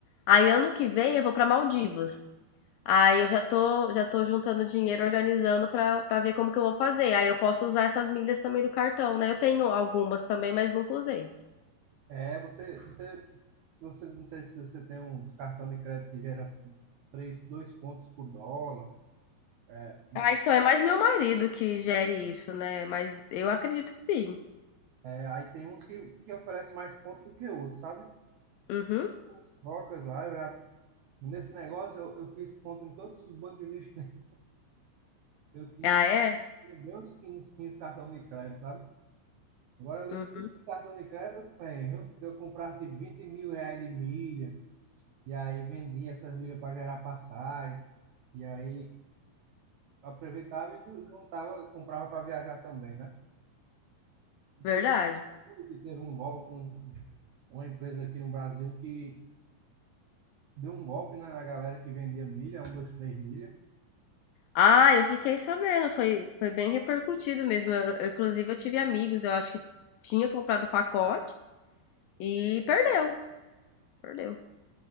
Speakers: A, on the left; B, on the right.
A: Aí ano que vem eu vou para Maldivas. Aí eu já tô, já tô juntando dinheiro, organizando para para ver como que eu vou fazer. Aí eu posso usar essas milhas também do cartão, né? Eu tenho algumas também, mas nunca usei.
B: É, você, você, se você, não sei se você tem uns cartão de crédito que gera três, dois pontos por dólar. É, de-
A: Ah, então é mais meu marido que gere isso, né? Mas eu acredito que sim.
B: é, aí tem uns que, que oferece mais pontos do que outros, sabe?
A: Uhum.
B: Com Os trocas lá, eu já, nesse negócio eu, eu fiz ponto em todos os bancos existentes. Eu tinha
A: Ah, é?
B: bem uns 15 15 cartão de crédito, sabe? Agora, limite
A: Uhum.
B: de cartão de crédito eu tenho, viu? Porque eu comprava tipo 20 mil reais de milha, e aí vendia essas milhas para gerar passagem, e aí aproveitava e juntava, comprava para viajar também, né? Não
A: Verdade.
B: sei se você viu que teve um golpe, um- uma empresa aqui no Brasil que deu um golpe né, na galera que vendia milha, um, dois, três milha.
A: Ah, eu fiquei sabendo, foi, foi bem repercutido mesmo. Eu- eu, inclusive, eu tive amigos, eu acho que tinha comprado o pacote. E perdeu, perdeu.